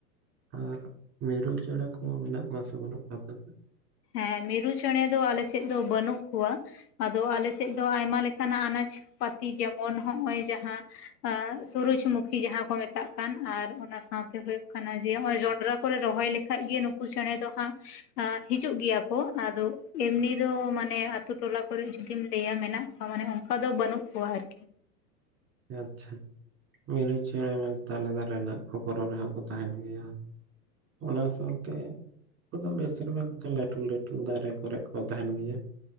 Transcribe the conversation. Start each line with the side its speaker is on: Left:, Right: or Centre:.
Right: ᱟᱨ ᱢᱤᱨᱩ ᱪᱮᱬᱮ ᱠᱚ ᱢᱮᱱᱟᱜ ᱠᱚᱣᱟ ᱥᱮ ᱵᱟᱹᱱᱩᱜ ᱠᱚᱣᱟ ᱟᱯᱮ ᱚᱱᱛᱮ?
Left: ᱦᱟᱸ ᱢᱤᱨᱩ ᱪᱮᱬᱮ ᱟᱞᱮᱥᱮᱫ ᱫᱚ ᱵᱟᱹᱱᱩᱜ ᱠᱚᱣᱟ᱾ ᱟᱫᱚ ᱟᱞᱮᱥᱮᱫ ᱫᱚ ᱟᱭᱢᱟ ᱞᱮᱠᱟᱱᱟᱜ ᱟᱱᱟᱡ ᱯᱟᱛᱤ ᱡᱮᱢᱚᱱ ᱱᱚᱜᱼᱚᱭ ᱡᱟᱦᱟᱸ ᱞᱮᱠᱟᱱᱟᱜ ᱥᱩᱨᱡ ᱢᱩᱸᱠᱷᱤ ᱡᱟᱦᱟᱸ ᱠᱚ ᱢᱮᱛᱟᱜ ᱠᱟᱱ ᱟᱨ ᱚᱱᱟ ᱥᱟᱶᱛᱮ ᱦᱩᱭᱩᱜ ᱠᱟᱱᱟ ᱡᱮ ᱱᱚᱜᱼᱚᱭ ᱡᱚᱱᱰᱨᱟ ᱠᱚᱨᱮ ᱨᱚᱦᱚᱭ ᱠᱷᱟᱱ ᱠᱷᱟᱱᱡ ᱜᱮ ᱱᱩᱠᱩ ᱪᱮᱬᱮ ᱫᱚ ᱦᱟᱸᱜ ᱦᱤᱡᱩᱜ ᱜᱮᱭᱟ ᱠᱚ᱾ ᱟᱫᱚ ᱮᱢᱱᱤ ᱫᱚ ᱢᱟᱱᱮ ᱟᱹᱛᱩ- ᱴᱚᱞᱟ ᱠᱚᱨᱮ ᱡᱩᱫᱤᱢ ᱞᱟᱹᱭᱟ ᱢᱮᱱᱟᱜ ᱢᱟᱱᱮ ᱚᱱᱠᱟ ᱫᱚ ᱵᱟᱹᱱᱩᱜ ᱠᱚᱣᱟ ᱟᱨᱠᱤ᱾
Right: ᱟᱪᱪᱷᱟ, ᱢᱤᱨᱩ ᱪᱮᱬᱮ ᱢᱮᱱᱮ ᱛᱟᱞᱮ ᱫᱟᱨᱮ ᱨᱮᱱᱟᱜ ᱠᱷᱚᱠᱚᱨᱚ ᱨᱮᱦᱚᱸ ᱠᱚ ᱛᱟᱦᱮᱱ ᱜᱮᱭᱟ᱾ ᱚᱱᱟ ᱥᱟᱶᱛᱮ ᱩᱱᱠᱩ ᱫᱚ ᱵᱮᱥᱨᱢᱟ ᱚᱱᱠᱟ ᱞᱟᱹᱴᱩ- ᱞᱟᱹᱴᱩ ᱫᱟᱨᱮ ᱠᱚᱨᱮ ᱠᱚ ᱛᱟᱦᱮᱱ ᱜᱮᱭᱟ᱾